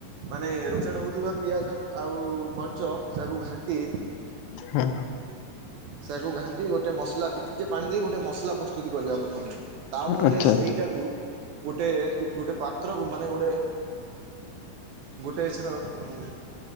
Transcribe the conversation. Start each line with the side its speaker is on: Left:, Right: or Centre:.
Right: ମାନେ ରୋସେଡ଼୍ ହେଉଥିବା ପିଆଜ ଆଉ ମରିଚ ତାକୁ ଘାଣ୍ଟି
Left: ହୁଁ।
Right: ତାକୁ ଘାଣ୍ଟି ଗୋଟେ ମସଲା ଟିକିଏ ପାଣି ଦେଇ ଗୋଟେ ମସଲା ପ୍ରସ୍ତୁତ କରିବା ପ୍ରଥମେ। ତାପ
Left: ହଁ ଆଚ୍ଛା
Right: ରେ ସେଇଟାକୁ ଗୋଟେ ଗୋଟେ ପାତ୍ରକୁ ମାନେ ଗୋଟେ ଗୋଟେ ଏସ ର ଉଁ